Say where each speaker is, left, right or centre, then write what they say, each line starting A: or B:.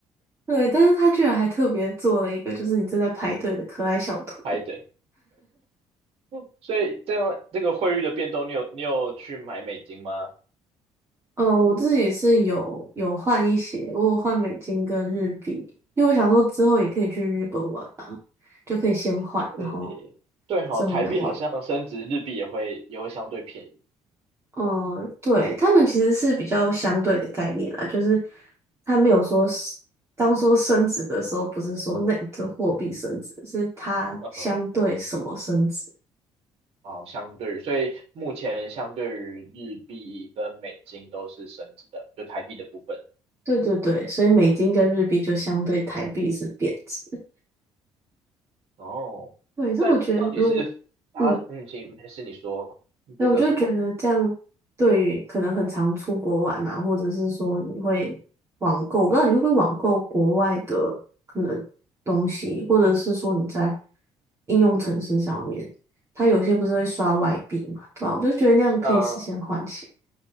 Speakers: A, on the right; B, on the right.
A: 对，但是他居然还特别做了一个，就是你正在排队的可爱小图。
B: <laughs>，排队。嗯所以这样这个汇率的变动，你有你有去买美金吗？
A: 嗯，我自己是有有换一些，我有换美金跟日币，因为我想说之后也可以去日本玩啊，就可以先换，
B: 对对哈，
A: 然后之后再用。
B: 台币好像升值，日币也会也会相对便宜。
A: 嗯，对，他们其实是比较相对的概念啦，就是他没有说是当说升值的时候，不是说那一个货币升值，是它相对什么升值。
B: 嗯，哦，相对于，所以目前相对于日币跟美金都是升值的，就台币的部分。
A: 对对对，所以美金跟日币就相对台币是贬值。
B: 哦，
A: 对，所我觉得如果。
B: 但到底是他，
A: 嗯。
B: 嗯，行，没事，你说，你觉得什么？
A: 那我就觉得这样，对于可能很常出国玩啊，或者是说你会网购，我不知道你会不会网购国外的可能东西，或者是说你在应用程式上面，它有些不是会刷外币嘛，
B: 啊？
A: 对吧？我就觉得那样可以事先换钱。
B: 嗯，